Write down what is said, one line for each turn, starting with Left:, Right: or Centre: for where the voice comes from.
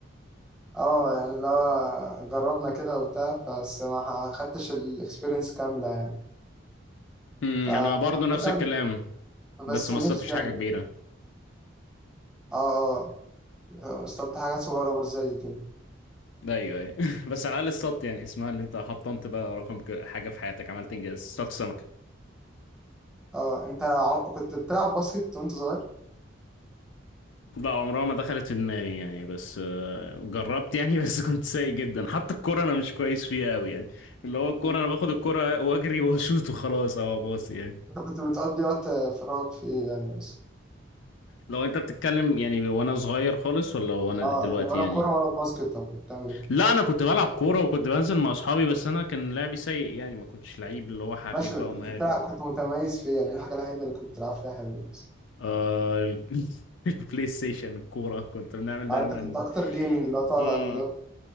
Centre: اه يعني اللي هو جربنا كده وبتاع بس ما خدتش الاكسبيرينس كاملة يعني
Left: <laughs> مم،
Centre: فعامة
Left: انا برضو نفس الكلام بس
Centre: بس
Left: ما
Centre: نفسي
Left: صدتش
Centre: يعني
Left: حاجة كبيرة
Centre: اه اه اصطدت حاجات صغيرة برضه زي كده
Left: ده ايوه ايوه <laughs> بس على الاقل الصوت يعني اسمها اللي انت حطمت بقى رقم ك- حاجه في حياتك عملت انجاز صوت سمكه
Centre: اه انت عم- كنت بتلعب باسكت وانت صغير؟
Left: لا عمرها ما دخلت في دماغي يعني بس آه، جربت يعني <laughs> بس كنت سيء جدا حتى الكوره انا مش كويس فيها قوي يعني اللي هو الكوره
Centre: مم.
Left: انا باخد الكوره واجري واشوط وخلاص او اباصي يعني
Centre: انت كنت بتقضي وقت فراغك في ايه يعني بس
Left: لو انت بتتكلم يعني وانا صغير خالص ولا وانا
Centre: اه
Left: دلوقتي
Centre: يعني ولا
Left: يعني
Centre: كرة ولا باسكت طب كنت بتعمل ايه؟
Left: لا انا كنت بلعب كوره وكنت بنزل مع اصحابي بس انا كان لعبي سيء يعني ما كنتش لعيب اللي هو حريف
Centre: ماشي
Left: بقى
Centre: كنت
Left: ومهاري
Centre: بتلعب كنت متميز فيها يعني الحاجة الوحيدة اللي كنت بتلعب فيها حلو بس
Left: آه ال- <laughs> البلاي ستيشن الكورة كنت بنعمل دايما
Centre: آه، انت كنت اكتر جيمنج اللي هو تقعد
Left: اه
Centre: على اللابتوب